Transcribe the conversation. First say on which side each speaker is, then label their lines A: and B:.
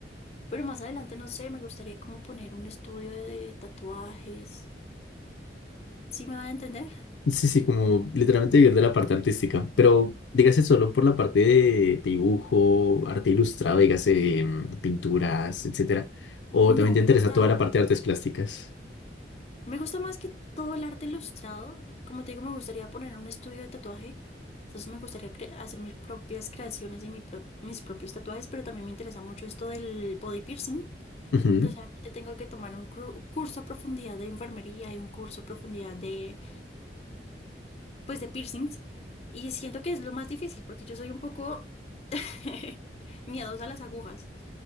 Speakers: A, on the left; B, on the left.
A: pero más adelante, no sé, me gustaría como poner un estudio de tatuajes. ¿Sí me voy a entender?
B: Sí, sí, como literalmente vivir de la parte artística, pero dígase solo por la parte de dibujo, arte ilustrado, dígase mm, pinturas, etcétera. O
A: No,
B: también te
A: me
B: interesa
A: gusta,
B: toda la parte de artes plásticas.
A: Me gusta más que todo el arte ilustrado. Como te digo, me gustaría poner un estudio de tatuaje. Entonces me gustaría cre- hacer mis propias creaciones y mi pro- mis propios tatuajes, pero también me interesa mucho esto del body piercing.
B: Ujú.
A: Entonces obviamente tengo que tomar un cru- curso a profundidad de enfermería y un curso a profundidad de, pues, de piercings. Y siento que es lo más difícil porque yo soy un poco <laughs> miedosa a las agujas.